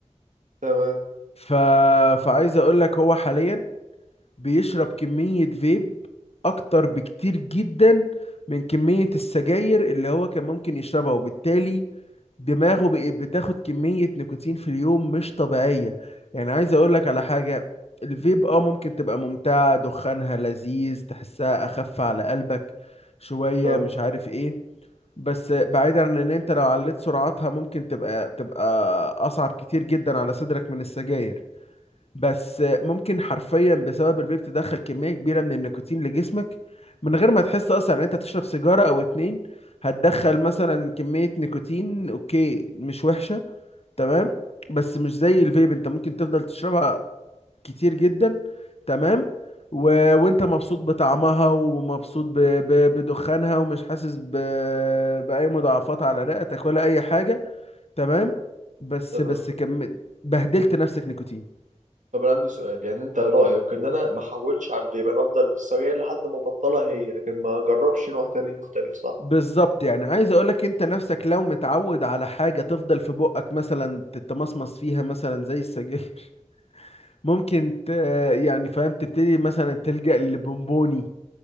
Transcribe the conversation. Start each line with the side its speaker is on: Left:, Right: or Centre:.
Right: تمام
Left: ف... فعايز اقول لك هو حاليا بيشرب كمية فيب أكتر بكتير جدا من كمية السجاير اللي هو كان ممكن يشربها وبالتالي دماغه بقت بتاخد كمية نيكوتين في اليوم مش طبيعية يعني عايز أقولك على حاجة الفيب اه ممكن تبقى ممتعة دخانها لذيذ تحسها أخف على قلبك شوية
Right: تمام
Left: مش عارف ايه بس بعيدا عن ان انت لو عليت سرعتها ممكن تبقى تبقى اصعب كتير جدا على صدرك من السجاير بس ممكن حرفيا بسبب الفيب تدخل كمية كبيرة من النيكوتين لجسمك من غير ما تحس اصلا ان انت تشرب سيجارة او اتنين هتدخل مثلا كمية نيكوتين اوكي مش وحشة تمام بس مش زي الفيب انت ممكن تفضل تشربها كتير جدا تمام و... وانت مبسوط بطعمها ومبسوط ب... ب... بدخانها ومش حاسس ب... بأي مضاعفات على رئتك ولا اي حاجة تمام بس
Right: تمام
Left: بس كم بهدلت نفسك نيكوتين
Right: طب انا عندي سؤال يعني انت رايك ان انا ما احولش على الفيب انا افضل بالسجاير لحد ما ابطلها هي لكن ما اجربش نوع تاني مختلف صح
Left: بالظبط يعني عايز اقولك انت نفسك لو متعود على حاجة تفضل في بقك مثلا تتمصمص فيها مثلا زي السجاير <laughs> ممكن ت... يعني فاهم تبتدي مثلا تلجأ للبونبوني